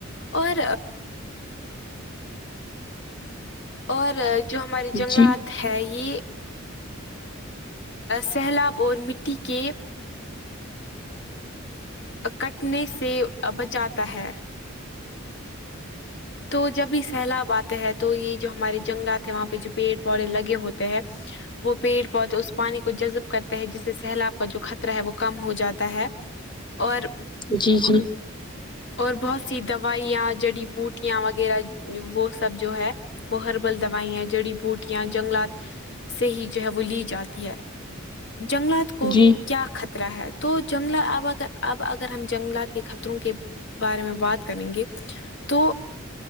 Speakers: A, on the left (about 60°); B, on the left (about 20°).
A: اور اور جو ہمارے
B: جی
A: جنگلات ہے یہ سیلاب اور مٹی کے کٹنے سے بچاتا ہے تو جب یہ سیلاب آتے ہے تو یہ جو ہمارے جنگلات ہیں وہاں پہ جو پیڑ پودے لگے ہوتے ہیں وہ پیڑ پودے اس پانی کو کو جذب کرتا ہے جس سے سیلاب کا جو خطرہ ہے وہ کم ہو جاتا ہے اور
B: جی جی
A: اور بہت سی دوائیاں جڑی بوٹی بٹیاں وغیرہ وہ سب جو ہے وہ ہربل دوائیا جڑی بوٹیاں جنگلات سے ہی جو ہے وہ لی جاتی ہے جنگلات کو
B: جی
A: کیا خطرہ ہے تو جنگل اب اگر اب اگر ہم جنگلات کے خطروں کے بارے میں بات کریں گے تو